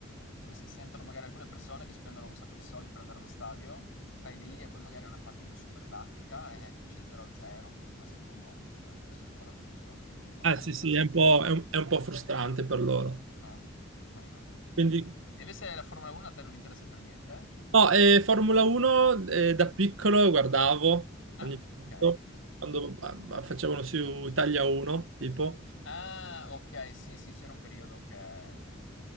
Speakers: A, on the left; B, on the right.
A: come si sentono magari alcune persone che spendono un sacco di soldi per andare allo stadio, vai lì e poi magari è una partita super tattica e finisce 0-0 oppure massimo 1-1. Eh, deve essere un po' una delusione, vive un po'
B: Ah
A: a casa.
B: sì, sì, è un po', è un, è un po' frustrante per loro.
A: Ah, ah, ah, ah, ah,
B: Quindi,
A: ah. E invece la Formula 1 a te non interessa per niente?
B: no, eh, Formula 1 eh, da piccolo guardavo
A: Ah,
B: ogni tanto,
A: ok.
B: quando ah, ah, facevano su Italia 1, tipo.
A: Ah, ok, sì, sì, c'era un periodo che...